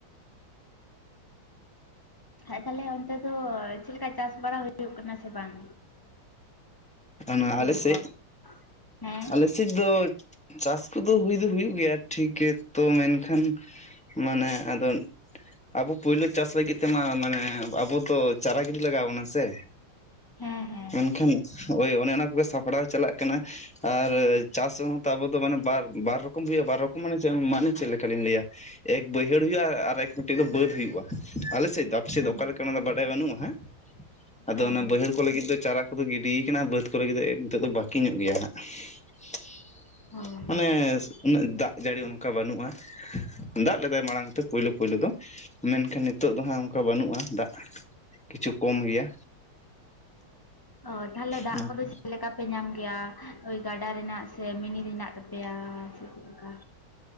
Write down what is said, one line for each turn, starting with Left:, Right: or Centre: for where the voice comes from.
Left: ᱦᱟᱡ ᱛᱟᱞᱮ ᱚᱱᱛᱮ ᱫᱚ ᱪᱮᱜ ᱞᱮᱠᱟ, ᱪᱟᱥ ᱵᱟᱲᱟ ᱦᱩᱭᱩᱜ ᱠᱟᱱᱟ ᱥᱮ ᱵᱟᱝ?
Centre: ᱟᱱᱟ
Left: ᱦᱩᱲᱩ
Centre: ᱟᱞᱮ ᱥᱮᱡ?
Left: ᱠᱚ? ᱦᱮᱸ
Centre: ᱟᱞᱮᱥᱮᱫ ᱫᱚ ᱪᱟᱥ ᱠᱚᱫᱚ ᱦᱩᱭ ᱫᱚ ᱦᱩᱭᱩᱜ ᱜᱮᱭᱟ ᱴᱷᱤᱠ ᱜᱮ ᱛᱚ ᱢᱮᱱᱠᱷᱟᱱ ᱢᱟᱱᱮ ᱟᱫᱚ ᱟᱵᱚ ᱯᱳᱭᱞᱳ ᱪᱟᱥ ᱞᱟᱹᱜᱤᱫ ᱛᱮᱢᱟ ᱢᱟᱱᱮ ᱟᱵᱚᱫᱚ ᱪᱟᱨᱟ ᱜᱤᱰᱤ ᱞᱟᱜᱟᱣᱚᱱᱟ ᱥᱮ᱾
Left: ᱦᱮᱸ ᱦᱮᱸ
Centre: ᱢᱮᱱᱠᱷᱟᱱ ᱚᱸᱭ ᱚᱱᱮ ᱚᱱᱟ ᱠᱚᱜᱮ ᱥᱟᱯᱲᱟᱣ ᱪᱟᱞᱟᱜ ᱠᱟᱱᱟ᱾ ᱟᱨ ᱪᱟᱥ ᱨᱮᱦᱚᱸ ᱛᱚ ᱟᱵᱚ ᱫᱚ ᱢᱟᱱᱮ ᱵᱟᱨ ᱵᱟᱨ ᱨᱚᱠᱚᱢ ᱦᱩᱭᱩᱜ-ᱟ, ᱵᱟᱨ ᱨᱚᱠᱚᱢ ᱢᱟᱱᱮ ᱢᱟᱱᱮ ᱪᱮᱫ ᱞᱮᱠᱟᱞᱤᱧ ᱞᱟᱹᱭ-ᱟ᱾ ᱮᱠ ᱵᱟᱹᱭᱦᱟᱹᱲ ᱦᱩᱭᱩᱜ-ᱟ ᱟᱨ ᱮᱠ ᱢᱤᱫᱴᱮᱡ ᱫᱚ ᱵᱟᱹᱫ ᱦᱩᱭᱩᱜ-ᱟ ᱟᱞᱮ ᱥᱮᱫ ᱫᱚ ᱟᱯᱮ ᱥᱮᱫ
Left: ᱦᱮᱸ
Centre: ᱫᱚ ᱚᱠᱟ ᱞᱮᱠᱟ ᱚᱱᱟ ᱫᱚ ᱵᱟᱰᱟᱭ ᱵᱟᱹᱱᱩᱜ-ᱟ ᱦᱟᱜ᱾ ᱟᱫᱚ
Left: ᱦᱮᱸ
Centre: ᱚᱱᱟ ᱵᱟᱹᱭᱦᱟᱹᱲ ᱠᱚ ᱞᱟᱹᱜᱤᱫ ᱫᱚ ᱪᱟᱨᱟ ᱠᱚᱫᱚ ᱜᱤᱰᱤ ᱠᱟᱱᱟ ᱵᱟᱹᱫᱽ ᱠᱚᱨᱮ ᱞᱟᱹᱜᱤᱫ ᱱᱤᱛᱳᱜ ᱫᱚ ᱵᱟᱹᱠᱤ ᱧᱚᱜ ᱜᱮᱭᱟ ᱦᱟᱜ᱾ <unintelligible>
Left: ᱚ
Centre: ᱢᱟᱱᱮ ᱩᱱᱟᱹᱜ ᱫᱟᱜ ᱡᱟᱹᱲᱤ ᱚᱱᱠᱟ ᱵᱟᱹᱱᱩᱜ-ᱟ ᱫᱟᱜ ᱞᱮᱫᱟᱭ ᱢᱟᱲᱟᱝ ᱛᱮ ᱯᱳᱭᱞᱳ ᱯᱳᱭᱞᱳ ᱫᱚ᱾ ᱢᱮᱱᱠᱷᱟᱱ ᱱᱤᱛᱚᱜ ᱫᱚ ᱦᱟᱸᱜ ᱚᱱᱠᱟ ᱵᱟᱹᱱᱩᱜ-ᱟ ᱫᱟᱜ ᱠᱤᱪᱷᱩ ᱠᱚᱢ ᱜᱮᱭᱟ᱾
Left: ᱚ ᱛᱟᱦᱞᱮ ᱫᱟᱜ
Centre: ᱚᱱᱟᱛᱮ
Left: ᱠᱚᱫᱚ ᱪᱮᱫ ᱞᱮᱠᱟ ᱯᱮ ᱧᱟᱢ ᱜᱮᱭᱟ ᱳᱭ ᱜᱟᱰᱟ ᱨᱮᱱᱟᱜ ᱥᱮ ᱢᱤᱱᱤ ᱨᱮᱱᱟᱜ ᱛᱟᱯᱮᱭᱟ ᱥᱮ? ᱞᱮᱠᱟ